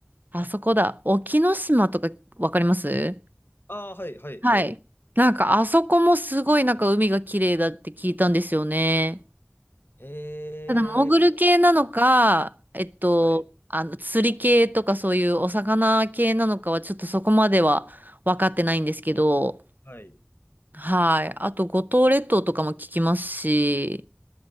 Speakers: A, on the right (about 45°); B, on the left (about 60°).
A: あそこだ。沖ノ島とかわかります
B: ああ、はい、はい、
A: はい。
B: はい。
A: なんかあそこもすごいなんか海が綺麗だって聞いたんですよね。
B: へえ、
A: ただ潜る系なのか、
B: いや
A: えっと、
B: はい、
A: あの、釣り系とかそういうお魚系なのかはちょっとそこまでは分かってないんですけど、
B: はい。
A: はい。あと五島列島とかも聞きますし、